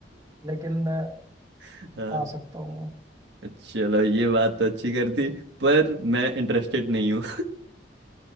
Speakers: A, on the right; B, on the right.
A: लेकिन अ,
B: <laughs> हाँ
A: आ सकता हूँ मैं
B: चलो ये बात तो अच्छी करती पर मैं इंटरेस्टेड नहीं हूँ